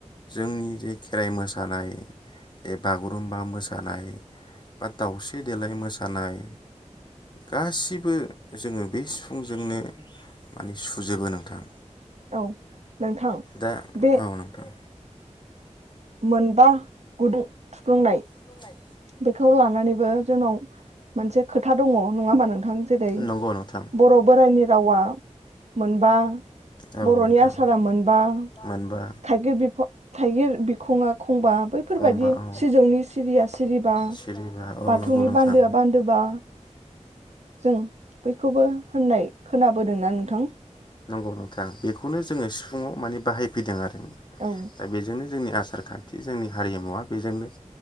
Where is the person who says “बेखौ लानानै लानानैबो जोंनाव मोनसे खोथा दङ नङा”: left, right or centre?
Right